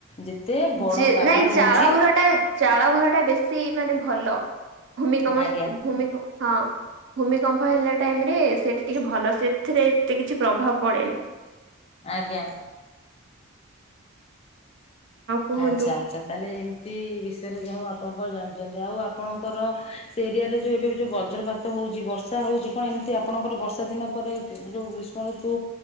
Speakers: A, on the left; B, on the right.
A: ଯେତେ ବଡ଼
B: ଯେ
A: ତାଲା
B: ନାଇଁ
A: ରହୁଛି
B: ଚାଳ ଘର ଟା ଚାଳ ଘର ଟା ବେଶୀ ମାନେ ଭଲ ଭୂମିକମ
A: ଆଜ୍ଞା
B: ଭୂମିକ ହଁ ଭୂମିକମ୍ପ ହେଲା ଟାଇମ ରେ ସେଠି ଟିକେ ଭଲ ସେଥିରେ କିଛି ପ୍ରଭାବ ପଡ଼େନି
A: ଆଜ୍ଞା
B: କୁହନ୍ତୁ।
A: ଆଛା ଆଛା ତାହେଲେ ଏମିତି ବିଷୟରେ ଯା ଆପଣ କଣ ଜାଣିଛନ୍ତି ଆଉ ଆପଣଙ୍କର ସେ ଏରିଆରେ ଯୋଉଁ ଏବେ ଯୋଉଁ ବଜ୍ରପାତ ହଉଛି ବର୍ଷା ହଉଛି କଣ ଏମ ଆପଣଙ୍କର ବର୍ଷା ଦିନ ପରେ ଯୋଉ ଗ୍ରୀଷ୍ମ ଋତୁ